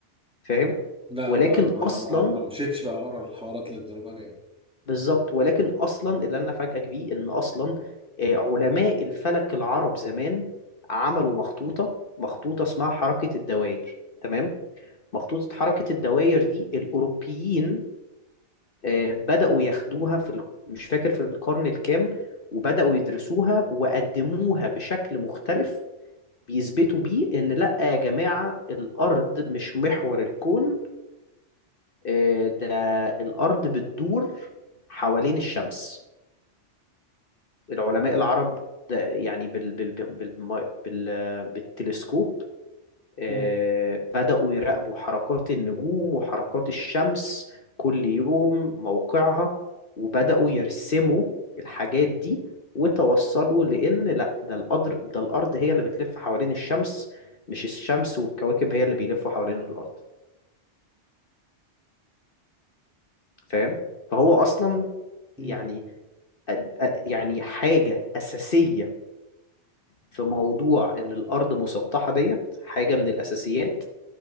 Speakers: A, on the left (about 50°); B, in the centre.
A: فاهم؟
B: لا
A: ولكن
B: ما ما
A: أصلا
B: ما, ما مشيتش بقى ورا الحوارات للدرجة دي يعني
A: بالظبط ولكن أصلا اللي أنا أفاجئك بيه إن أصلا آه، علماء الفلك العرب زمان عملوا مخطوطة مخطوطة اسمها حركة الدوائر تمام؟ مخطوطة حركة الدواير دي الأوروبيين آه، بدأوا ياخدوها في ال- مش فاكر في القرن الكام وبدأوا يدرسوها وقدموها بشكل مختلف بيثبتوا بيه إن لأ يا جماعة الأرض مش محور الكون آه، ده الأرض بتدور حوالين الشمس العلماء العرب ده يعني بال بال بال بال بال بالتلسكوب آه،
B: مم.
A: بدأوا يراقبوا حركات النجوم وحركات الشمس كل يوم موقعها وبدأوا يرسموا الحاجات دي وتوصلوا لأن لا ده القدر ده الأرض هي اللي بتلف حوالين الشمس مش الشمس والكواكب هي اللي بيلفوا حوالين الأرض فاهم فهو أصلا
B: مم.
A: يعني أ- أ- يعني حاجة أساسية في موضوع إن الأرض مسطحة ديت حاجة من الأساسيات